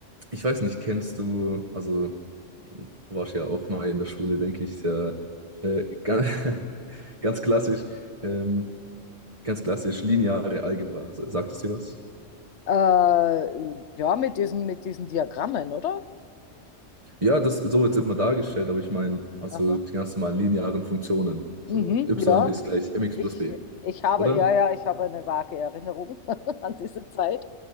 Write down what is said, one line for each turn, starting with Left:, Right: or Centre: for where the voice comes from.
Right: ich weiß nicht, kennst du, also du warst ja auch mal in der Schule, denke ich, sehr, äh, ganz, <laughs> ganz klassisch, ähm, ganz klassisch lineare Algebra. Sagt es dir was?
Left: Äh, ja, mit diesen, mit diesen Diagrammen, oder?
Right: Ja, das so wird es immer dargestellt, aber ich meine, also
Left: Aha.
Right: die ganz normalen linearen Funktionen.
Left: Mhm,
Right: So y
Left: ja.
Right: ist gleich mx
Left: Ich,
Right: plus b,
Left: ich habe,
Right: oder?
Left: ja, ja, ich habe eine vage Erinnerung <laughs> an diese Zeit.